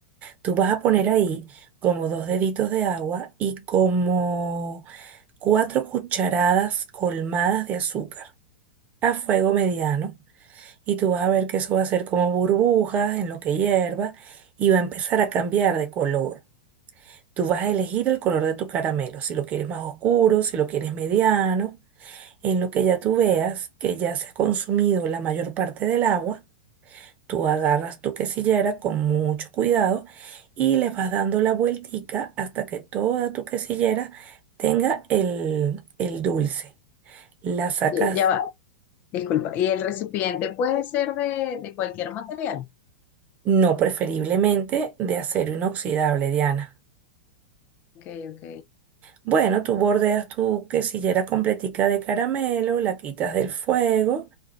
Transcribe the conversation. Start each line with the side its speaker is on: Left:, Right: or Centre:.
Right: Tú vas a poner ahí como dos deditos de agua y como cuatro cucharadas colmadas de azúcar a fuego mediano. Y tú vas a ver que eso va a ser como burbujas en lo que hierva y va a empezar a cambiar de color. Tú vas a elegir el color de tu caramelo, si lo quieres más oscuro, si lo quieres mediano. En lo que ya tú veas que ya se ha consumido la mayor parte del agua, tú agarras tu quesillera con mucho cuidado y le vas dando la vueltica hasta que toda tu quesillera tenga el, el dulce. La sacas
Left: Y- Ya va, disculpa. ¿Y el recipiente puede ser de, de cualquier material?
Right: no preferiblemente de acero inoxidable, Diana.
Left: Ok, ok.
Right: Bueno, tú bordeas tu quesillera completica de caramelo, la quitas del fuego